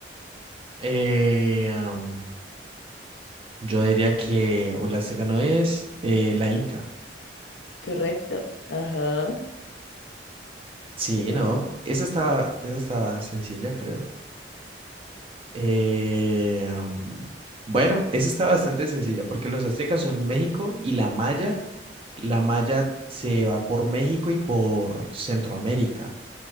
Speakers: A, on the right (about 30°); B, on the left (about 80°).
A: Eh, am, yo diría que, o la seca no es, eh, la Inca.
B: Correcto. Ajá.
A: Sí,
B: Wow,
A: no. Esa está, esa está sencilla, creo. Eh, bueno, esa está bastante sencilla porque los aztecas son México y la maya. La maya se va por México y por Centroamérica.